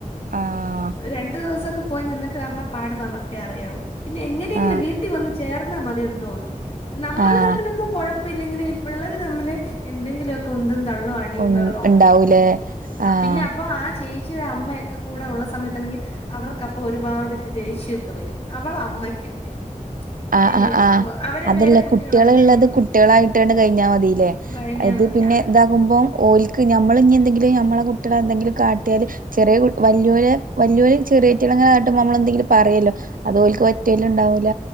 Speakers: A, on the right; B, on the left.
A: ആഹ് ആഹ്
B: രണ്ടു ദിവസൊക്കെ പോയി നിന്നിട്ട് വരണ പാട് നമുക്കെ അറിയാളു പിന്നെ എങ്ങനെയെങ്കിലും
A: ആഹ്
B: വീട്ടിൽ വന്ന് ചേർന്നാൽ മതി എന്തോന്നന്ന് നമ്മള്
A: ആഹ്
B: തമ്മിൽൊന്നും കുഴപ്പമ ഇില്ലെങ്കിൽ പിള്ളേര് തമ്മില് എന്തെങ്കിലുമൊക്കെ ഉന്തും തള്ളും അടിയ്പകളോ
A: ഉം ഇണ്ടാവൂലേ
B: ഉണ്ടാക്കും. ആ
A: ആഹ്
B: പിന്നെ അപ്പൊ ആ ചേച്ചിയ അമ്മയൊക്കെ കൂടെ ഉള്ള സമയത്തണെങ്കിൽ. അവർക്ക് അപ്പൊ ഒരുപാട് ദേഷ്യംഒക്കെ വരും അവൾ അമ്മയ്ക്കൊക്കെ
A: ആ്
B: അയ്യോ
A: ആ ആഹ്
B: അവരെ
A: അതല്ല
B: പേരക്കുട്ടികളല്ലേ
A: കുട്ടികളള്ളത് കുട്ടികളായിട്ട്ണ്
B: ആ
A: കഴിഞ്ഞാൽമതീ. ല്ലേ
B: കഴിഞ്ഞാ
A: അത്
B: മതി
A: പിന്നെ
B: ആ
A: ഇത പോകുമ്പോ ഓലക്ക് നമ്മള് ഇനി എന്തെങ്കിലും നമ്മളെ കുട്ടിളെ എന്തെങ്കിലും കാട്ടിയാല്. ചെറിയ വല്യര് വല് യ ചെറിയറ്റിടങ്ങായിട്ട നമ്മള എന്തെങ്കിലും പറയല്ലോ ഒപ്പം ഓല്ക്ക് പറ്റല് ഉണ്ടാവൂല.